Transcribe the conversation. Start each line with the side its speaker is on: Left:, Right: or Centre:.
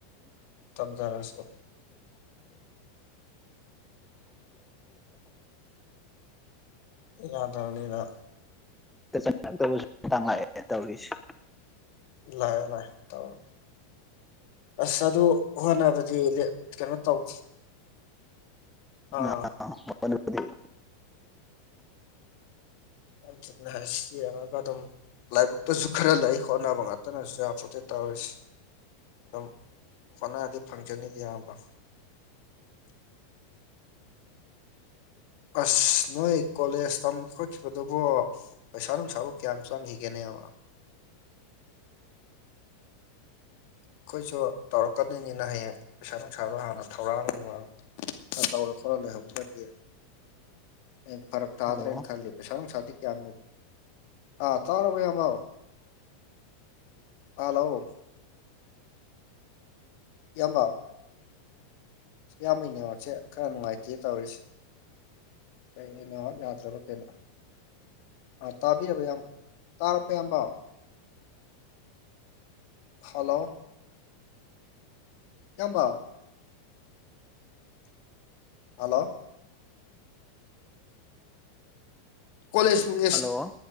Left: ꯇꯝꯖꯥꯔꯁꯨ ꯌꯥꯗꯝꯅꯤꯗ
Centre: ꯆꯪꯉꯛꯇꯧꯕꯁꯨ ꯇꯥꯡ ꯂꯛꯑꯦ ꯇꯧꯔꯤꯁꯦ
Left: ꯂꯥꯛꯑꯦ ꯂꯥꯛꯑꯦ ꯇꯧꯋꯦ ꯑꯁ ꯑꯗꯨ ꯍꯣꯠꯅꯕꯗꯤ ꯂꯦꯞꯀꯅꯣ ꯇꯧ
Centre: <unintelligible>
Left: ꯑꯥ ꯍ ꯆꯨꯝꯅ ꯍꯥꯏꯁꯤ ꯌꯦꯡꯉꯒ ꯑꯗꯨꯝ ꯂꯥꯏꯕꯛꯇꯖꯨ ꯈꯔ ꯂꯩ ꯍꯣꯠꯅꯕ ꯉꯥꯛꯇꯅꯁꯨ ꯌꯥꯝꯄꯣꯠꯇꯦ ꯇꯧꯔꯤꯁꯤ ꯑꯗꯨꯝ ꯍꯣꯠꯅꯔꯗꯤ ꯐꯪꯖꯅꯤꯗ ꯑꯤꯌꯥꯝꯕ ꯑꯁ ꯅꯣꯏ ꯀꯣꯂꯦꯖ ꯇꯝꯈꯤ ꯈꯣꯠꯈꯤꯕꯗꯨꯕꯣ ꯄꯩꯁꯥ ꯅꯨꯡꯁꯥꯕꯨ ꯀꯌꯥꯝ ꯆꯪꯒꯤꯒꯦꯅꯦꯕ ꯑꯈꯣꯏꯁꯨ ꯇꯧꯔꯛꯀꯗꯣꯏꯅꯤꯅ ꯍꯌꯦꯡ ꯄꯩꯁꯥ ꯅꯨꯡꯁꯥꯗꯣ ꯍꯥꯟꯅ ꯊꯧꯔꯥꯡ ꯅꯨꯡꯔꯥꯡ ꯇꯧꯔ ꯈꯣꯠꯂ ꯂꯩꯍꯧꯗ꯭ꯔꯗꯤ ꯍꯌꯦꯡ ꯐꯔꯛ ꯇꯥꯗ꯭ꯔꯅ
Centre: ꯍꯜꯂꯣ
Left: ꯈꯜꯂꯤ ꯄꯩꯁꯥ ꯅꯨꯡꯁꯥꯗꯤ ꯀꯌꯥꯝꯃꯦ ꯑ ꯇꯥꯔꯕꯣ ꯏꯌꯥꯝꯕ ꯑꯂꯣ ꯏꯌꯥꯝꯕ ꯏꯌꯥꯝꯕꯩ ꯅꯦꯠꯋꯥꯛꯆꯦ ꯈꯔ ꯅꯨꯡꯉꯥꯏꯇꯦ ꯇꯧꯔꯤꯁ ꯀꯩ ꯅꯦꯠꯋꯥꯛ ꯌꯥ ꯗꯔꯥꯕ ꯀꯩꯅꯣ ꯑꯥ ꯇꯥꯕꯤꯔꯕꯣ ꯏꯌꯥꯝ ꯇꯥꯔꯕꯣ ꯏꯌꯥꯝꯕ ꯍꯜꯂꯣ ꯏꯌꯥꯝꯕ ꯍꯜꯂꯣ ꯀꯣꯂꯦꯁ ꯅꯨꯡꯂꯦꯁ
Centre: ꯍꯜꯂꯣ